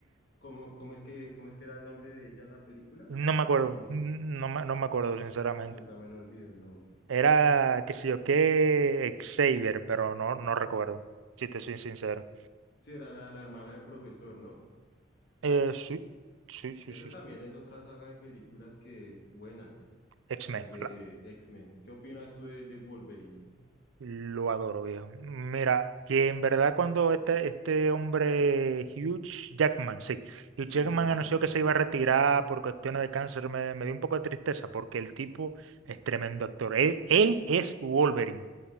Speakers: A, on the left (about 55°); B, on the right (about 70°).
A: ¿cómo, cómo es que, cómo es que era el nombre de ella en la película?
B: No me acuerdo,
A: Olvidé.
B: n- no me, no me acuerdo, sinceramente.
A: Yo también olvidé el nombre.
B: Era, qué sé yo, qué Xavier, pero no, no recuerdo, si te soy sincero.
A: Sí, era la, la hermana del profesor, ¿no?
B: Eh, sí, sí, sí,
A: Esa
B: sí.
A: también
B: sí.
A: es otra saga de películas que es buena,
B: X-Men,
A: las de
B: claro.
A: X-Men. ¿Qué opinas tú de, de Wolverine?
B: Lo adoro, viejo. Mira, que en verdad cuando este, este hombre, Hugh Jackman, sí,
A: Sí,
B: Hugh Jackman
A: Hugh
B: anunció
A: Jackman.
B: que se iba a retirar por cuestiones de cáncer, me, me dio un poco de tristeza porque el tipo es tremendo actor. Él, él es Wolverine,